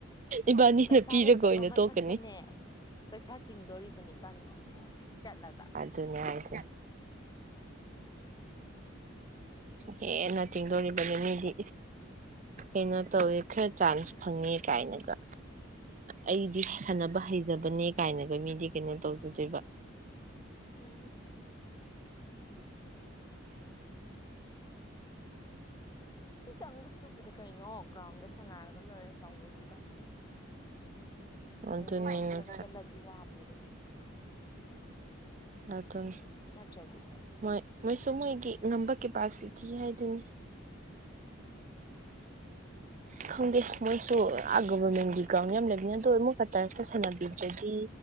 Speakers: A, on the right; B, on the left.
A: ꯏꯕꯥꯅꯤꯅ
B: ꯄꯩꯁꯥ
A: ꯄꯤꯔꯒ
B: ꯂꯩꯇꯕ
A: ꯑꯣꯏꯅ
B: ꯃꯊꯛꯇꯅꯦ
A: ꯇꯣꯛꯀꯅꯤ
B: ꯄꯩꯁꯥ ꯇꯤꯡꯗꯣꯔꯤꯕꯅꯤ ꯏꯕꯥꯅꯤꯁꯤꯗꯤ ꯆꯠꯂꯒ
A: ꯑꯗꯨꯅꯦ ꯍꯥꯏꯁꯦ ꯍꯦꯟꯅ ꯇꯤꯡꯗꯣꯔꯤꯕꯅꯤ ꯃꯤꯗꯤ ꯀꯩꯅꯣ ꯇꯧꯋꯦ ꯈꯔ ꯆꯥꯟꯁ
B: ꯎꯝ
A: ꯐꯪꯉꯦ ꯀꯥꯏꯅꯒ ꯑꯩꯗꯤ ꯁꯥꯟꯅꯕ ꯍꯩꯖꯕꯅꯦ ꯀꯥꯏꯅꯒ ꯃꯤꯗꯤ ꯀꯩꯅꯣ ꯇꯧꯖꯗꯣꯏꯕ
B: ꯎꯝ ꯆꯪꯕ ꯁꯨꯕꯗ ꯀꯩꯅꯣ ꯒ꯭ꯔꯥꯎꯟꯗ ꯁꯥꯟꯅꯔꯒ ꯂꯣꯏꯔꯦ ꯆꯥꯎꯕꯗꯨꯗ
A: ꯑꯗꯨꯅꯦ
B: ꯑꯣ ꯃꯤ ꯄꯨꯜꯂꯒ ꯆꯠꯂꯗꯤ ꯋꯥꯕꯅꯦ ꯑꯗꯨꯅ
A: ꯑꯇꯨꯅꯤ
B: ꯅꯠꯇ꯭ꯔꯗꯤ
A: ꯃꯣꯏ ꯃꯣꯏꯁꯨ ꯃꯣꯏꯒꯤ ꯉꯝꯕ ꯀꯦꯄꯥꯁꯤꯇꯤ ꯍꯥꯏꯗꯨꯅꯤ ꯈꯪꯗꯦ ꯃꯣꯏꯁꯨ ꯑꯥ ꯒꯣꯚꯔꯃꯦꯟꯠꯀꯤ
B: ꯎꯝ
A: ꯒꯔꯥꯎꯟ ꯃꯌꯥꯝ ꯂꯩꯕꯅꯦ ꯇꯣꯏ ꯃꯨꯛꯀ ꯇꯔꯛꯇ ꯁꯥꯟꯅꯒꯤꯞꯗꯒꯤ